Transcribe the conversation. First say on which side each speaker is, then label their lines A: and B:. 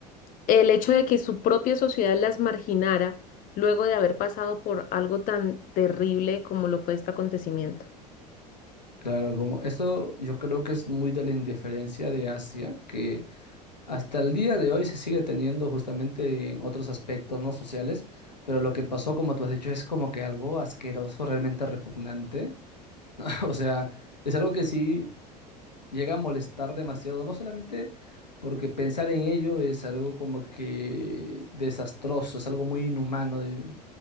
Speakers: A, on the left; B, on the left.
A: el hecho de que su propia sociedad las marginara luego de haber pasado por algo tan terrible como lo fue este acontecimiento.
B: Claro, como eso yo creo que es muy de la indiferencia de Asia, que hasta el día de hoy se sigue teniendo justamente en otros aspectos no sociales, pero lo que pasó, como tú has dicho, es como que algo asqueroso, realmente repugnante. <laughs> O sea, es algo que sí llega a molestar demasiado, no solamente porque pensar en ello es algo como que desastroso, es algo muy inhumano, de-